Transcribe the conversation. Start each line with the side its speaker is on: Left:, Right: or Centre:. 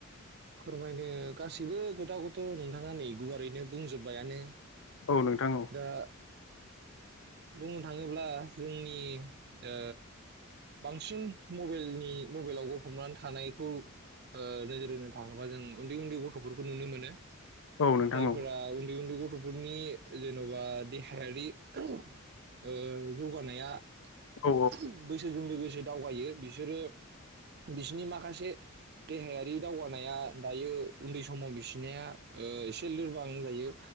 Right: फोरमायनो <inaudible> खोथाखौथ नोंथांङा नेगौआ ओरैनो बुंजोबबायानो
Left: औ नोंथां
Right: दा बुंनो थाङोब्ला जोंनि ओ बांसिन मबेलनि मबेलावबो हमन्नान थानायखौ ओ नोजोरहोनो थाङोबा जों उन्दै उन्दै गथ'फोरबो नुनो मोनो।
Left: औ औ नोंथां
Right: जायफोरा
Left: औ
Right: उन्दै उन्दै गथ गथफोरनि जेनेबा देहायारि ओ जौगानाया बैसोजो
Left: औ
Right: लोगो ज दावगायो बिसोरो बिसनि माखासे देहायारि दावगानाया दायो उन्दै स समाव बिसिनाया ओ एसे लोरबां जायो।